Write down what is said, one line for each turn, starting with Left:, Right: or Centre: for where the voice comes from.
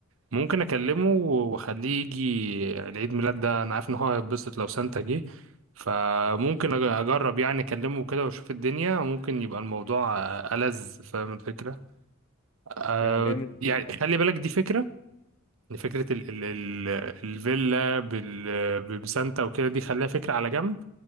Right: ممكن اكلمه واخليه يجي العيد ميلاد ده انا عارف ان هو هيتبسط لو سانتا جه فممكن أج- اجرب يعني اكلمه كده واشوف الدنيا ممكن يبقى الموضوع ألذ فاهم الفكره أه
Left: ده جامد
Right: يعني
Left: قوي ده
Right: خلي بالك دي فكره إن فكره ال ال ال الفيلا بال بسانتا وكده دي خليها فكره على جنب